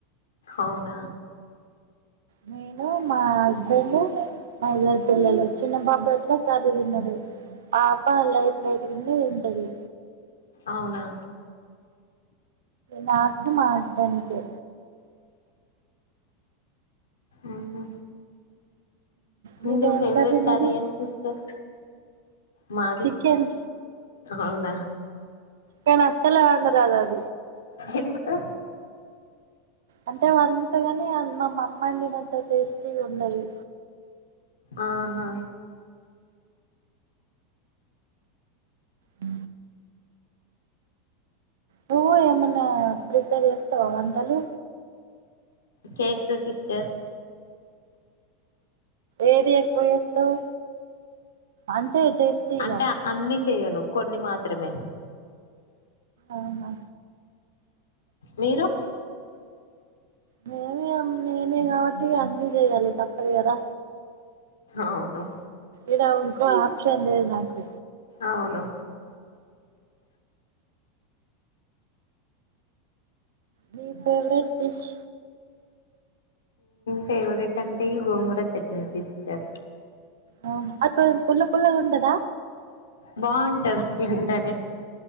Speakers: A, on the left (about 80°); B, on the right (about 70°).
A: అవునా
B: నేను మా హస్బెండ్ మా ఇద్దరు పిల్లలు చిన్న బాబాట్ల వినరు ఆ ప లైట్ లైట్గనే తింటది.
A: అవునా
B: నాకు మా హస్బండ్కే
A: ఆహ
B: మీదేం
A: నీ ఫేవ్రెట్
B: కర్రీ
A: కరీ
B: మరి
A: ఏంటి సిస్టర్ మాది
B: చికెన్
A: అవునా
B: కని అస్సలే వండరాద్ అది
A: ఎందుకు
B: అంటే వండుత గని అం మా అమ్మ అండినంత టేస్టీ ఉండది.
A: ఆహా
B: ఆ నువ్వు ఏమన్నా ప్రిపేర్ చేస్తావా వంటలు
A: చేస్తా సిస్టర్
B: ఏది ఎక్కువ చేస్తవ్ అంటే టేస్టీగా
A: అంటే అన్ని చేయను కొన్ని మాత్ర త్రమే
B: ఆహా
A: మీరు
B: మేమ నేనే కాబట్టి అన్ని చేయాలి తప్పదుగద
A: అవును
B: ఇడ ఉంకో ఆప్షన్ లేదు నాకు
A: అవును
B: మీ ఫేవరెట్ డిష్
A: ఫేవరెట్ అంటే ఈ గోంగూర చట్నీ సిస్టర్
B: ఓ అక్క పుల్ల పుల్లగుంటదా
A: బాగుంటది తింటేనే